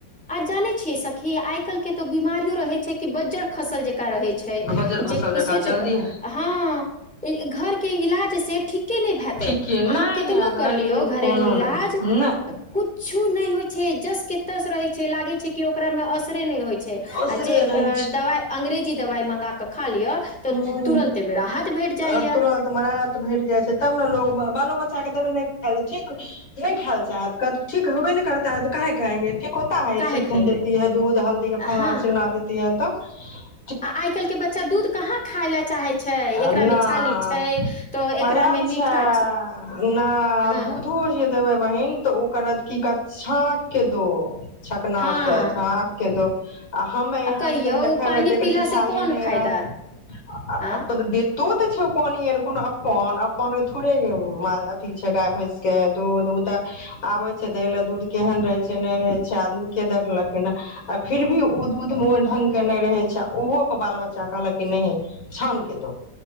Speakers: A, in the centre; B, on the left (about 90°).
A: आ जानै छियै सखी आय कल के तऽ बीमारियो रहै छै कि बज्जर खसल जे का रहै छै
B: बजल
A: जे
B: खसल
A: कि
B: जकाँ
A: सोच अ
B: जल्दी
A: हाँ ए ई घर के इलाज से ठीके नै भाएते,
B: ठीक यै नहि
A: अहाँ केतनो
B: नहि
A: कर लियौ घरेलू
B: कोनो
A: इलाज
B: नहि
A: अ
B: नहि
A: कुछु नै होय छै, जस के तस रहै लागे छै कि ओकरा मे असरे नहि होइ छै। छै
B: ओसरे
A: आ जे
B: रहै
A: दवा अंग्रेज। दवा मंगा कऽ। खा लिअ तऽ
B: ह्म्म
A: तुरन्ते मे राहत भेट जाइया
B: आ तुरंत मे राहत भेट जाय छै तब ने लोग ब बालो बच्चा के देबै नै खायले ठीक, नै खायले चाहत, कहत ठीक होेबे ने करता है तो काहे खाएंगे। ठीक होता है
A: काहे
B: इससे
A: खाएंगे
B: तुम देती है दूध, हल्दी अ फलना
A: हँ
B: चिलना देती है तऽ <unintelligible>
A: आ आय काल के बच्चा दूध कहाँ खायलै चाहे
B: <unintelligible>
A: छै एकरा मे छाली छै तो एकरा मे
B: छै
A: मीठा
B: ना
A: हँ
B: दूधो जे देबै बहिन तऽ उ करत की कहत छाँक के दो। छकना
A: हँ
B: से छाँक के दो। आ हम्मे यहाँ
A: कहियौ
B: के तनटा
A: ओ
B: खेएबै
A: पानि
B: ते एक
A: पीलासँ
B: रती छाली
A: कोन
B: नै
A: फायदा
B: रहत अ आ
A: आँ
B: तो ते छौ उ पानी एहन कुनु अपन, अपन मे थोड़े ए उ माल अथी छै गाय, भैंस के दूध, उ ते आबे छै दै ले दूध केहेन रहे छै तेहने रहे छै, आदमी के देख लखिन ए अ फिर भी उ दूध मे ओय ढंग के नै रहे छै, उहो पर बाल बच्चा कहलक कि नहि छान के दो।